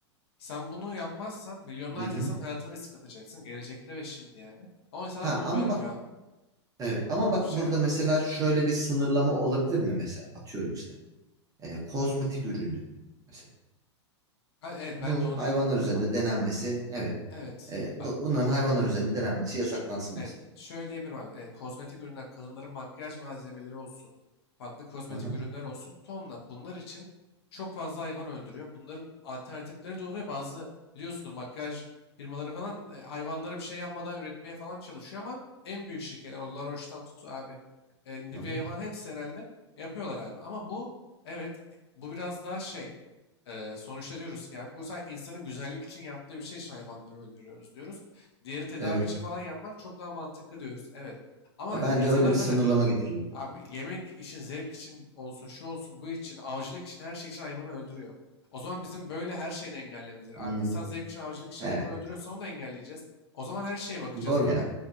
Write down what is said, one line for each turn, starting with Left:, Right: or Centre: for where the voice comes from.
Left: Sen bunu yapmazsan milyonlarca
Right: Hı hı.
Left: insan hayatını risk atacaksın. Gelecekte ve şimdi yani. Ama insanlar
Right: Ha
Left: bunu
Right: ama
Left: görmüyor
Right: bak
Left: abi.
Right: Evet ama bak
Left: Şey
Right: burada
Left: ya.
Right: mesela şöyle bir sınırlama olabilir mi mesela atıyorum işte e, kozmetik ürünü mesela
Left: Ha, Evet
Right: bunun
Left: ben de onu
Right: hayvanlar
Left: diyecektim.
Right: üzerinde
Left: Bak bak.
Right: denenmesi evet
Left: Evet.
Right: e,
Left: Bak
Right: bu- bunların hayvanlar üzerinde denenmesi yasaklansın
Left: Ş- Evet,
Right: mesela.
Left: şöyle diyebilirim abi. Evet, kozmetik ürünler, kadınların makyaj malzemeleri olsun, farklı kozmetik
Right: Hı hı,
Left: ürünler olsun, tonla. Bunlar için çok fazla hayvan öldürüyor. Bunların alternatifleri de oluyor. Bazı biliyorsunuz makyaj firmaları falan e, hayvanlara bir şey yapmadan üretmeye falan çalışıyor ama en büyük şirketler, o La Roche'tan tut abi, e, Nivea
Right: hı hı.
Left: falan hepsi herhalde yapıyorlar abi. Ama bu, evet, e, bu biraz daha şey, e, sonuçta diyoruz ki abi, bu sadece insanın güzellik için yaptığı bir şey için hayvanları öldürüyoruz diyoruz. Diğeri tedavi
Right: Evet
Left: için falan yapmak çok daha mantıklı diyoruz. Evet. Ama
Right: Ha, bence
Left: insanlar
Right: öyle bir
Left: zaten
Right: sınırlama getirilebilir.
Left: abi yemek için, zevk için olsun, şu olsun, bu için, avcılık için, her şey için hayvanı öldürüyor. O zaman bizim böyle her şeyi de engellememiz gerekiyor.
Right: Hmm,
Left: Abi insan zevk için, avcılık için
Right: evet
Left: hayvanı öldürüyorsa onu da engelleyeceğiz. O zaman her şeye bakacağız.
Right: doğru ya
Left: Böyle